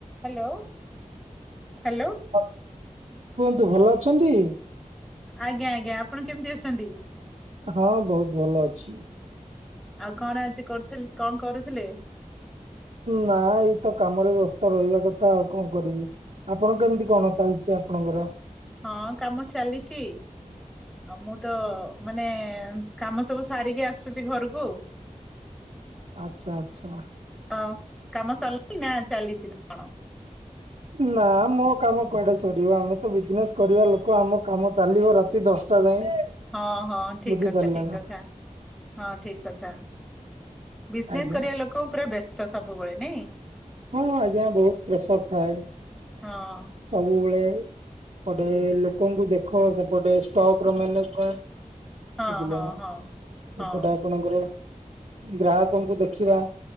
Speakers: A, in the centre; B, on the right.
A: Hello hello.
B: ହଁ, କୁହନ୍ତୁ ଭଲ ଅଛନ୍ତି?
A: ଆଜ୍ଞା ଆଜ୍ଞା, ଆପଣ କେମିତି ଅଛନ୍ତି?
B: ହଁ ବହୁତ ଭଲ ଅଛି।
A: ଆଉ କଣ ଆଜି କରୁଥିଲ୍ କଣ କରୁଥିଲେ?
B: ନା ଏଇତ କାମରେ ବ୍ୟସ୍ତ ରହିବା କଥା ଆଉ କଣ କରିବି, ଆପଣ କେମିତି କଣ ଚାଲିଚି ଆ ଆପଣଙ୍କର
A: ହଁ କାମ ଚାଲିଚି। ଆଉ ମୁଁ ତ ମାନେ କାମ ସବୁ ସାରିକି ଆସୁଚି ଘରକୁ।
B: ଆଚ୍ଛା ଆଚ୍ଛା।
A: ଅ କାମ ସରିଲାଇଁ ନା ଚାଲିଚି କଣ?
B: ନା ମୋ କାମ କୁଆଡେ ସରିବ ଆମେ ତ ବିଜନେସ୍ କରିବା ଲୋକ ଆମ କାମ ଚାଲିବ ରାତି ଦଶ ଟା ଯାଏଁ।
A: ହଁ ହଁ ଠିକ୍
B: ବୁଝିପାରିଲେ
A: କଥା ଠିକ୍
B: ନା
A: କଥା ହଁ ଠିକ୍ କଥା। ବିଜନେସ
B: ଆଜ୍ଞା
A: କରିବା ଲୋକ ପୁରା ବେସ୍ତ ସବୁବେଳେ ନାଇଁ।
B: ହଁ ଆଜ୍ଞା ବୋହୁତ ପ୍ରେସର୍ ଥାଏ।
A: ହଁ।
B: ସବୁବେଳେ। ପଟେ ଲୋକଙ୍କୁ ଦେଖ ସେପଟେ ଷ୍ଟକର ମ୍ୟାନେଜମେଣ୍ଟ।
A: ହଁ
B: ବୁଝିଲେ
A: ହଁ
B: ନ
A: ହଁ। ହଁ
B: ଏପଟେ ଆପଣଙ୍କର ଗ୍ରାହାକଙ୍କୁ ଦେଖିବା।